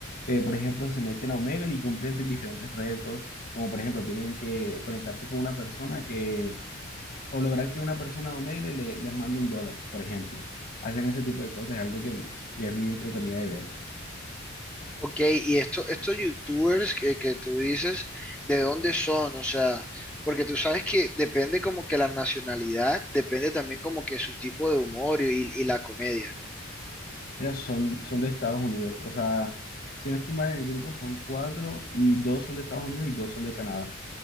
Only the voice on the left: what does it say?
que por ejemplo se meten a Omegle y cumplen diferentes retos, como por ejemplo tienen que conectarse con una persona que, o lograr que una persona de Omegle le- les mande un dólar, por ejemplo. Hacen ese tipo de cosas, es algo que, que es muy entretenido de ver.
Mira, son, son de Estados Unidos. O sea, si no estoy mal en el grupo, son cuatro y dos son de Estados Unidos y dos son de Canadá.